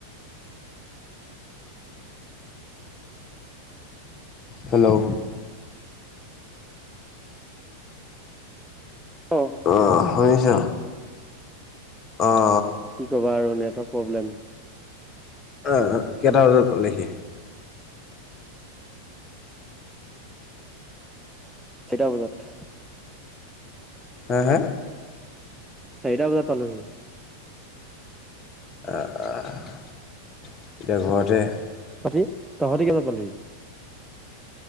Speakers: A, on the left (about 25°); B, in the centre.
A: হেল্ল'।
B: অ
A: অহ শুনিছ অহ।
B: কি ক'বা আৰু নেটৱৰ্ক প্ৰব্লেম।
A: আহ কেইটা বজাত পালেহি।
B: চাৰিটা বজাত।
A: হা হা।
B: চাৰিটা বজাত পালোঁহি।
A: অহ অহ এতিয়া ঘৰতে।
B: তহঁতি তহঁতি কেইটা বজাত পালিহি।